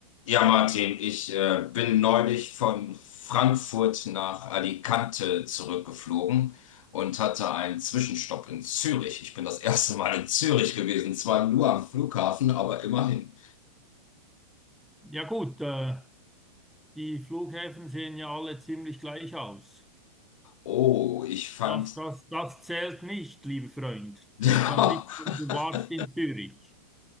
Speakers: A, on the left; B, in the centre.
A: Ja, Martin, ich äh, bin neulich von Frankfurt nach Alicante zurückgeflogen und hatte einen Zwischenstopp in Zürich. Ich bin das erste Mal in Zürich gewesen, zwar nur am Flughafen, aber immerhin.
B: Ja gut, äh, die Flughäfen sehen ja alle ziemlich gleich aus.
A: Oh, ich fand.
B: Das, das, das zählt nicht, lieber Freund.
A: <laughs>
B: Du kannst nicht sagen, du warst in Zürich.